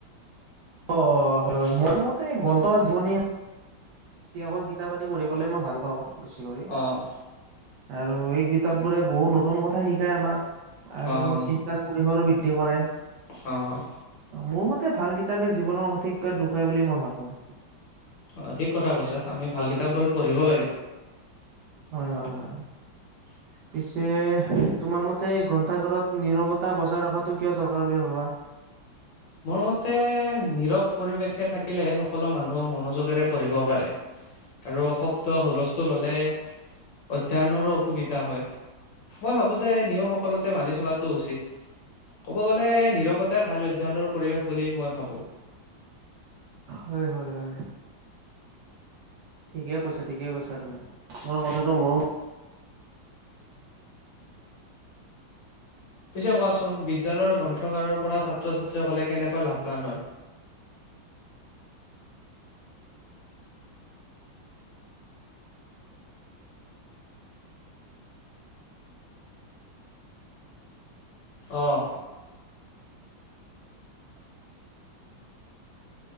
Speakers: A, on the right (about 70°); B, on the left (about 70°).
A: অ', হয়, হয় মোৰ মতে, গল্প, জীৱনী সেইসকল কিতাপ আদি পঢ়িবলৈ মই ভাল পাওঁ। বেছি কৰি,
B: অ',
A: আৰু এই কিতাপ বোৰে বহু নতুন কথা শিকায় আমাক। আৰু
B: অ',
A: চিন্তাৰ পৰিসৰো বৃদ্ধি কৰা।
B: অ'।
A: মোৰ মতে ভাল কিতাপে জীৱনৰ সঠিক পদ দেখুৱাই বুলি মই ভাবোঁ।
B: অ', ঠিক কথা কৈছাঁ আমি ভাল কিতাপবোৰ পঢ়িব লাগে।
A: হয়, হয়, হয়।
B: <inaudible>
A: পিছে তোমাৰ মতে গ্ৰন্থাগাৰত, নীৰৱতা বজাই ৰখাটো কিয় দৰকাৰ বুলি ভবা।
B: মোৰ মতে নিৰৱ পৰিৱেশে থাকিলে, সকলো মানুহ মনোযোগেৰে পঢ়িব পাৰে। আৰু শব্দ হুলস্থুল হ'লে, অধ্যয়নৰো অসুবিধা হয়। মই ভাবোঁ যে নিয়ম, সকলোঁতে মানি চলাটো উচিত। ক'ব গ'লে নীৰৱতাই ভাল অধ্যয়নৰ পৰিৱেশ বুলি মই ভাবোঁ।
A: হয়, হয়, হয়। ঠিকে কৈছা, ঠিকে কৈছা, তুমি, তোমাৰ কথাটো ম
B: পিছে কোৱাচোন, বিদ্যালয়ৰ গ্ৰন্থগাৰৰ পৰা ছাত্ৰ ছাত্ৰীসকলে, কেনেকৈ লাভৱান হয়। অঁ।